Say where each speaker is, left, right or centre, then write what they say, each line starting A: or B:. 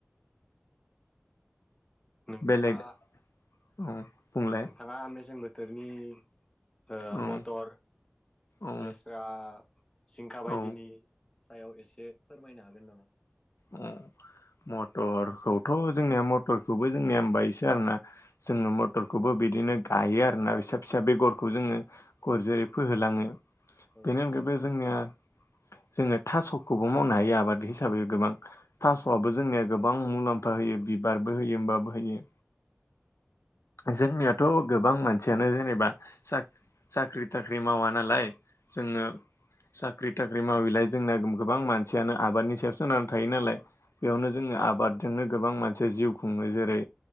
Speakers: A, on the left (about 15°); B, on the left (about 75°).
A: नोंथाङा
B: बेलेग औ बुंलाय
A: नोंथाङा मेसें बोथोरनि ओ
B: औ
A: मथर,
B: औ
A: लेस्रा, सिंखा
B: औ
A: बायदिनि सायाव ए से फोरमायनो हागोन नामा?
B: औ। मथरखौथ' जोंनिया मथरखौबो जोंनियाम बायसो आरोना जोङो मथरखौबो बिदिनो गायो आरोना फिसा फिसा बेगरखौ जोङो गरजै फोहोलाङो।
A: औ
B: बेनि अनगायैबो जोंनिया जोङो थास'खौबो मावनो हायो आबाद हिसाबै गोबां। थास'आबो
A: औ
B: जोंनिया गोबां मुलाम्फा होयो बिबारबो होयो होमबाबो
A: औ
B: होयो। जोंनियाथ' गोबां मानसियानो जेनेबा साख्रि थाख्रि मावा नालाय जोङो
A: औ
B: साख्रि थाख्रि मावैलाय जोंना गोबां मानसियानो आबादनि सायाव सोनार थायो नालाय बेयावनो जोङो आबादजोंनो गोबां मानसि जिउ खुङो। जेरै